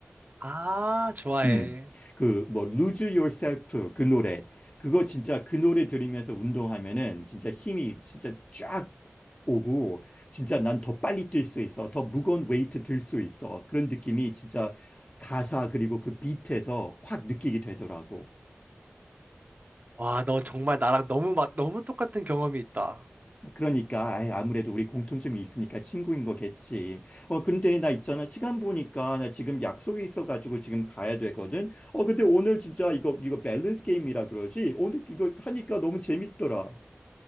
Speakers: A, on the right; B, on the left.
A: 아, 좋아해.
B: 음, 그, 뭐, Lose Yourself 그 노래. 그거 진짜 그 노래 들으면서 운동하면은 진짜 힘이 진짜 쫙 오고, 진짜 난 더 빨리 뛸 수 있어. 더 무거운 웨이트 들 수 있어. 그런 느낌이 진짜 가사 그리고 그 비트에서 확 느끼게 되더라고.
A: 와, 너 정말 나랑 너무 맞, 너무 똑같은 경험이 있다.
B: 그러니까 아이, 아무래도 우리 공통점이 있으니까 친구인 거겠지. 어 근데 나 있잖아 시간 보니까 나 지금 약속이 있어가지고 지금 가야 되거든. 어 근데 오늘 진짜 이거 이거 밸런스 게임이라 그러지. 오늘 이거 하니까 너무 재밌더라.